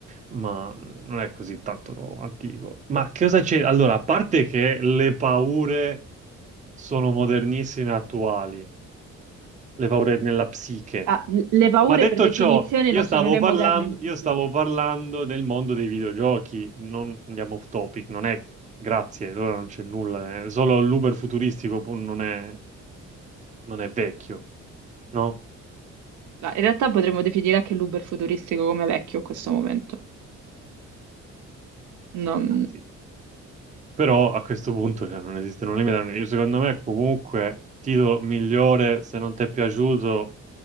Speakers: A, on the right (about 25°); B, on the right (about 75°).
A: ma non è così tanto antico. Ma che cosa c'è? Allora, a parte che le paure sono modernissime e attuali, le paure nella psiche.
B: ah, l- le paure
A: Ma detto
B: per definizione
A: ciò, io
B: non sono
A: stavo
B: né
A: parlando,
B: moderne né
A: io
B: antiche.
A: stavo parlando del mondo dei videogiochi, non andiamo off topic, non è... Grazie, allora non c'è nulla, eh. Solo l'Uber futuristico pur non è, non è vecchio, no?
B: No, in realtà potremmo definire anche l'Uber futuristico come vecchio in questo momento. Non...
A: Sì. Però a questo punto cioè, non esistono limiti. Io secondo me comunque titolo migliore, se non ti è piaciuto,